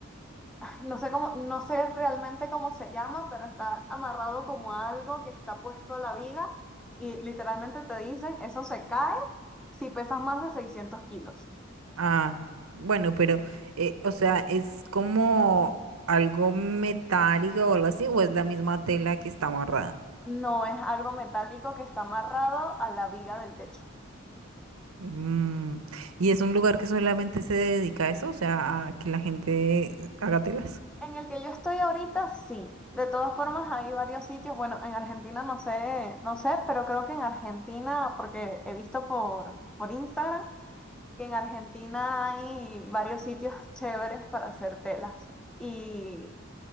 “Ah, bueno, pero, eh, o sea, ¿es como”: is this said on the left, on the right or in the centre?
Right